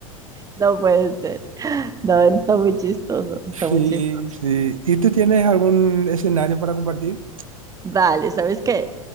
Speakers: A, on the right; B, on the right.
A: No puede ser. No, está muy chistoso, está
B: Sí,
A: muy chistoso.
B: sí. ¿Y tú tienes algún escenario para compartir?
A: Vale, ¿sabes qué?